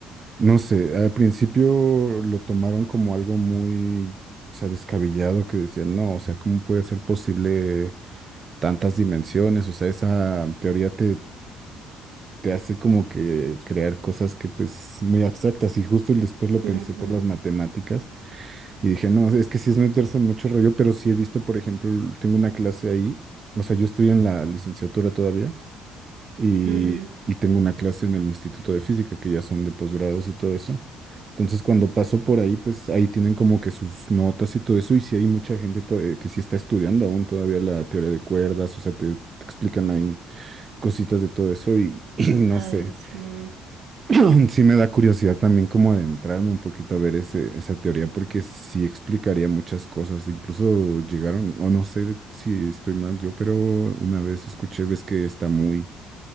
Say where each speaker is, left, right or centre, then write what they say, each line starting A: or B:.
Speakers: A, on the right; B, on the right.
A: no sé, al principio lo tomaron como algo muy, o sea, descabellado, que decían, no, o sea, ¿cómo puede ser posible tantas dimensiones? O sea, esa teoría te, te hace como que crear cosas que pues muy abstractas y justo después lo
B: Ujú,
A: pensé por las matemáticas y dije, no, es que sí es meterse en mucho rollo, pero sí he visto, por ejemplo, tengo una clase ahí, o sea, yo estoy en la licenciatura todavía y,
B: ujú.
A: y tengo una clase en el Instituto de Física que ya son de posgrados y todo eso. Entonces, cuando paso por ahí, pues ahí tienen como que sus notas y todo eso. Y sí hay mucha gente to- eh, que sí está estudiando aún todavía la teoría de cuerdas, o sea, te, te explican ahí cositas de todo eso y, <clears throat> y no
B: Ay,
A: sé.
B: sí.
A: <clears throat> Sí me da curiosidad también como adentrarme un poquito a ver ese, esa teoría porque sí explicaría muchas cosas. Incluso llegaron, o no sé si estoy mal yo, pero una vez escuché, ves que está muy